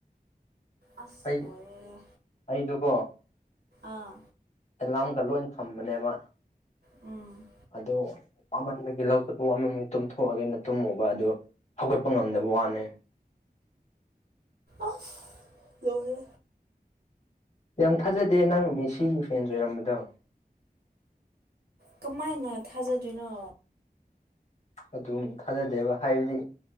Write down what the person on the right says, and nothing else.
ꯑꯁ
ꯂꯣꯏꯔꯦꯍꯦ
ꯑꯥ
ꯎꯝ
ꯑꯁ ꯂꯣꯢꯔꯦ
ꯀꯃꯥꯢꯅ ꯊꯥꯖꯗ꯭ꯔꯤꯅꯣ